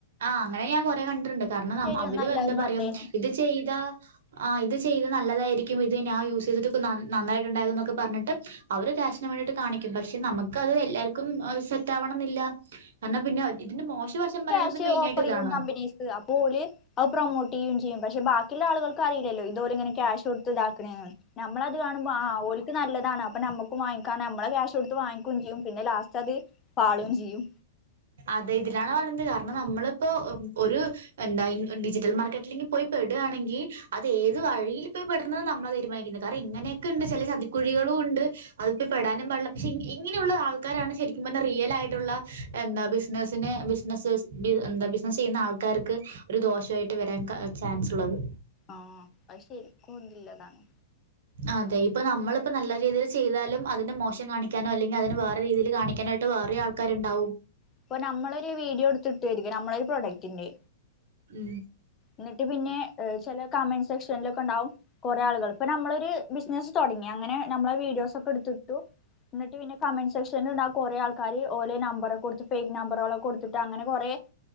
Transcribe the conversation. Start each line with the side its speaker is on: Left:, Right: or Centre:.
Right: ആ അങ്ങനെ ഞാൻ കൊറെ കണ്ടിട്ടുണ്ട് കാരണം
Left: ശരിയൊന്നും
Right: അവർ
Left: അല്ല
Right: എന്താ
Left: അതൊന്നും
Right: പറയാ
Left: അല്ലേനും
Right: ഇത് ചെയ്ത ആ ഇത് ചെയ്ത് നല്ലതായിരിക്കും ഇത് ഞാൻ യൂസ് ചെയ്തിട്ടൊക്കെ നന്നായിട്ടുണ്ടായത് എന്നൊക്കെ പറഞ്ഞിട്ട് അവർ ക്യാഷി ന് വേണ്ടിട്ട് കാണിക്കും പക്ഷെ നമുക്കത് എല്ലാർക്കും സെറ്റ് ആവണം എന്നില്ല കാരണം പിന്നെ ഇതിന്റെ മോശവശം പറയണത്
Left: <unintelligible>
Right: മെയിനായിട്ട്
Left: ഓഫറെയ്യും
Right: ഇതാണ്.
Left: കമ്പനിസ് അപ്പോ ഓല് അത് പ്രൊമോട്ട് ചെയുകയും ചെയ്യും പക്ഷേ ബാക്കിയുള്ള ആളുകൾക്ക് അറിയില്ലോ ഇതു ഓരിങ്ങനെ ക്യാഷ് കൊടുത്ത് ഇതാക്കണെന്ന് നമ്മളത് കാണുമ്പോ ആ ഓല്ക്ക് നല്ലതാണ് അപ്പൊ നമ്മുക്ക് വാങ്ങി ക്കാം നമ്മളെ ക്യാഷ് കൊടുത്ത് വാങ്ങിക്കുകയും ചെയ്യും പിന്നെ ലാസ്റ്റ് അത് പാളും ചെയ്യും.
Right: അതെ ഇതിലാണ് പറയുന്നത് കാരണം നമ്മളിപ്പോ ഒരു എന്താ ഡിജിറ്റൽ മാർക്കറ്റിലിങ്ങ് പോയി പെടുകയാണെങ്കിൽ അത് ഏത് വഴിയിൽ പോയി പെടുന്നത് നമ്മളെ തീരുമാനിക്കുന്നത് കാരണം ഇങ്ങനെയൊക്കെ ഇണ്ട് ചെല ചതിക്കുഴികളും. ണ്ട് അതി പോയ്‌ പെടാനും പാടില്ല പക്ഷെ ഇങ്ങനെയുള്ള ആൾക്കാരാണ് ശരിക്കും പറഞ്ഞറിയലാആയിട്ടുള്ള എന്താ ബിസിനസിന് ബിസിനസ് എന്താ ബിസിനസ്സ് ചെയ്യുന്ന ആൾക്കാർക്ക് ഒരു ദോഷായിട്ട് വരാൻ കാര ചാൻസ് ഒള്ളത്.
Left: ആഹ് അ ശരിക്കും ല്ലതാണ്.
Right: അതെ ഇപ്പൊ നമ്മളിപ്പോ നല്ല രീതിയിൽചെയ്താലും അതിന്റെ മോശം കാണിക്കാനോ അല്ലെങ്കിൽ അതിന് വേറെ രീതിയിൽ കാണിക്കാനോ യിട്ട് വേറെ ആൾക്കാരുണ്ടാവും.
Left: ഇപ്പൊ നമ്മളൊരു വീഡിയോ എടുത്തിട്ടുയിരിക്കും നമ്മളെ ഒരു പ്രൊഡക്ടിന്റെ
Right: ഉം
Left: എന്നിട്ട് പിന്നെ ചില കമന്റ് സെക്ഷനിലൊക്കെ ഉണ്ടാവും കുറെ ആളുകൾ ഇപ്പ നമ്മളൊരു ബിസിനസ്സ് തുടങ്ങിയ അങ്ങനെ നമ്മളെ വീഡിയോസ് ഒക്കെ എടുത്തിട്ടു. എന്നിട്ട് പിന്നെ കമന്റ് സെക്ഷനിൽ ഉണ്ടാ കുറേ ആൾക്കാര് ഓലെ നമ്പറക്കെ കൊടുത്ത് ഫേക്ക് നമ്പറോള് കൊടുത്തിട്ട് അങ്ങനെ കൊറെ